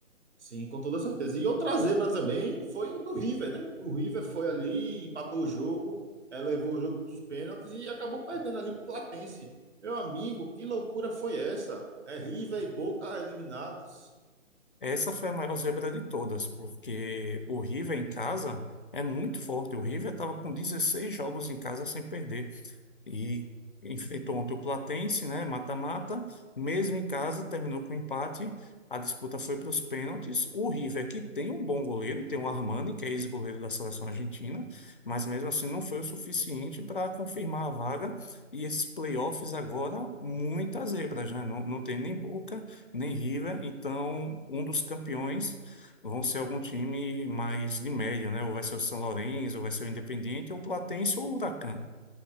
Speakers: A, on the right; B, on the left.
A: Sim, com toda certeza. E outra zebra também foi o do River, né? O River foi ali, empatou o jogo, eh, levou o jogo para os pênaltis e acabou perdendo ali pro Platense. Meu amigo, que loucura foi essa? É River e Boca eliminados.
B: Essa foi a maior zebra de todas, porque o River em casa é muito forte. O River estava com 16 jogos em casa sem perder. e enfrentou ontem o Platense, né, mata-mata, mesmo em casa, terminou com empate, a disputa foi para os pênaltis, o River, que tem um bom goleiro, tem o Armani, que é ex-goleiro da seleção argentina, mas mesmo assim não foi o suficiente para confirmar a vaga, e esses playoffs agora, muitas zebras, né, não, não tem nem Boca, nem River, então um dos campeões vão ser algum time mais de médio, né, ou vai ser o São Lourenço, ou vai ser o Independiente, ou o Platense, ou o Huracán.